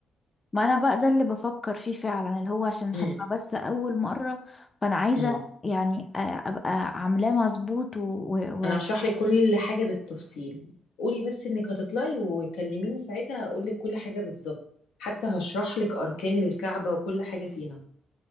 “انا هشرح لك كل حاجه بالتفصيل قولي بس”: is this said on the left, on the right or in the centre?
Left